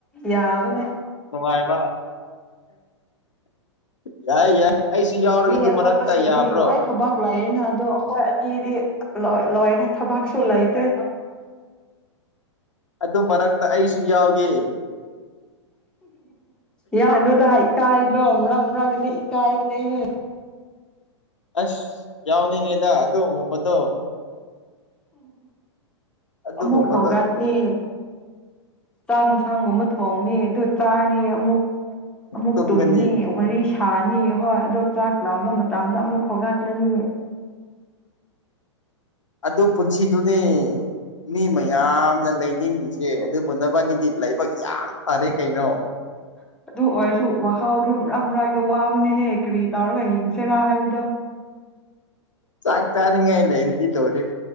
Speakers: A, in the centre; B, on the left.
A: ꯌꯥꯕꯅꯦ
B: ꯅꯨꯡꯉꯥꯏꯕ ꯌꯥꯏ ꯌꯥꯏ ꯑꯩꯁꯨ ꯌꯥꯎꯔꯒꯦ
A: ꯃꯤ
B: ꯑꯗꯨ
A: ꯑꯇꯣꯞꯄꯁꯤꯡꯗꯤ
B: ꯃꯔꯛꯇ ꯌꯥꯕ꯭ꯔꯣ
A: ꯂꯣꯏ ꯊꯕꯛ ꯂꯩꯌꯦꯅ ꯑꯗꯣ ꯑꯩꯈꯣꯏ ꯑꯅꯤꯗꯤ ꯂꯣꯏ ꯂꯣꯏꯔꯦ ꯊꯕꯥꯛꯁꯨꯂꯥꯏꯗ
B: ꯑꯗꯨ ꯃꯔꯛꯇ ꯑꯩꯁꯨ ꯌꯥꯎꯒꯦ
A: ꯌꯥꯅꯨꯗ ꯏꯀꯥꯏꯗ꯭ꯔꯣ ꯑꯃꯔꯥꯡ ꯑꯃꯔꯥꯡꯒꯗꯤ ꯏꯀꯥꯏꯕꯅꯦꯍꯦ ꯍ
B: ꯑꯁ ꯌꯥꯎꯅꯤꯡꯉꯦꯗ ꯑꯣꯒꯨꯝꯕꯗꯣ ꯑꯗꯨꯒꯨꯝꯕꯗꯣ
A: ꯑꯃꯃꯨꯛ ꯍꯥꯎꯘꯗꯅꯤ ꯆꯥꯛ ꯌꯦꯟꯁꯥꯡꯒꯨꯝꯕ ꯊꯣꯡꯅꯤ ꯑꯗꯨ ꯆꯥꯅꯤ ꯑꯃꯨꯛ ꯑꯃꯨꯛ
B: ꯇꯨꯝꯒꯅꯤ
A: ꯇꯨꯝꯅꯤ ꯋꯥꯔꯤ ꯁꯥꯅꯤ ꯍꯣꯏ ꯑꯗꯣ ꯆꯥꯛ ꯂꯥꯝꯕ ꯃꯇꯝꯗ ꯑꯃꯨꯛ ꯈꯧꯒꯠꯂꯅꯤ
B: ꯑꯗꯨ ꯄꯨꯟꯁꯤꯗꯨꯗꯤ ꯃꯤ ꯃꯌꯥꯝꯅ ꯂꯩꯅꯤꯡꯂꯤꯁꯦ ꯑꯗꯨꯕꯨ ꯅꯕꯥꯅꯤꯗꯤ ꯂꯥꯏꯕꯛ ꯌꯥꯝ ꯐꯔꯦ ꯀꯩꯅꯣ
A: ꯎ ꯑꯗꯨ ꯑꯣꯏꯔꯁꯨ ꯋꯥꯈꯥꯎꯔꯤ ꯃꯔꯛ ꯃꯔꯥꯛꯗ ꯋꯥꯕꯅꯦꯍꯦ ꯀꯔꯤ ꯇꯧꯔꯒ ꯍꯤꯡꯁꯔꯥ ꯍꯥꯏꯕꯗꯣ <unintelligible>
B: ꯆꯥꯛ ꯇꯥꯅꯤꯡꯉ ꯏꯂ ꯏꯔꯗꯜ ꯑꯣꯏꯦ